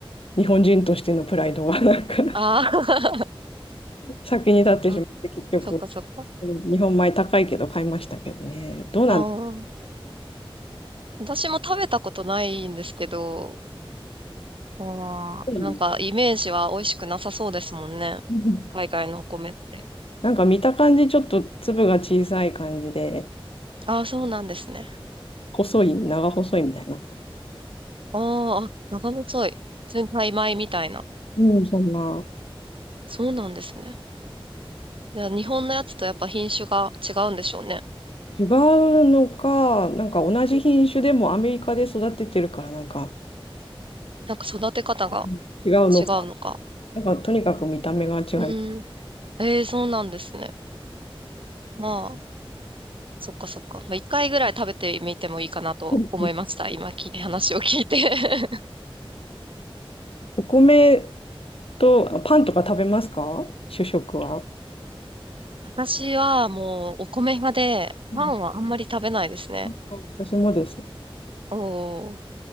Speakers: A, on the left; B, on the right.
A: 日本人としてのプライドが <laughs> なんか <laughs>
B: あー
A: 先に立ってしまって、
B: <laughs> あ、
A: 結局、
B: そっかそっか。
A: うん日本米高いけど買いましたけどね。どうなんですか
B: ああ。私も食べたことないんですけど、あーなんかイメージは美味しくなさそうですもんね。
A: どうなの
B: 海外のお米って。
A: なんか見た感じ、ちょっと粒が小さい感じで、
B: ああ、そうなんですね。
A: 細い、長細いみたいな。
B: あーあ、長細い。全体米みたいな。
A: うん、そんな。
B: そうなんですね。じゃあ日本のやつとやっぱ品種が違うんでしょうね。
A: 違うのか、なんか同じ品種でもアメリカで育ててるから、なんか
B: なんか育て方が
A: うん違うのか。
B: 違うのか。
A: なんかとにかく見た目が違う。
B: うーん。ええ、そうなんですね。まあ、そっかそっか。まあ、一回ぐらい食べてみてもいいかなと思いました。
A: うん
B: 今き、話を聞いて。<laughs>
A: お米とあパンとか食べますか主食は。
B: 私はもうお米派で、
A: うん
B: パンはあんまり食べないですね。
A: なんか私もです。
B: おー。